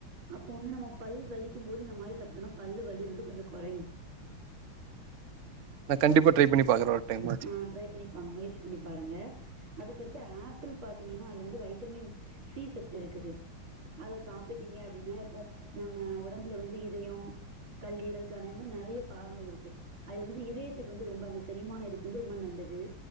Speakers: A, on the right (about 80°); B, on the right (about 65°).
A: அப்போ வந்து நம்ம பல் வலிக்கும் போது இந்த மாரி சாப்ட்டோனா பல்லு வலி வந்து கொஞ்சொ கொறையு
B: நா கண்டிப்ப ட்ரை பண்ணி பாக்குறே ஒரு டைம் ஆச்சு
A: ஆ ட்ரை பண்ணிப்பா முயற்சி பண்ணி பாருங்க அதுக்கடுத்து ஆப்பிள் பாத்திங்கன்னா அதுல வந்து வைட்டமின் சி சத்து இருக்குது அத சாப்பிட்டீங்க அப்டின்னா இப்போ நம்ம உடம்புல வந்து இதயொ கல்லீரல் கணயம்னு நெறைய பாகங்கள் இருக்கு அதுல வந்து இதயத்துக்கு வந்து ரொம்ப அந்த சரிமான இதுக் கு வந்து ரொம்ப நல்லது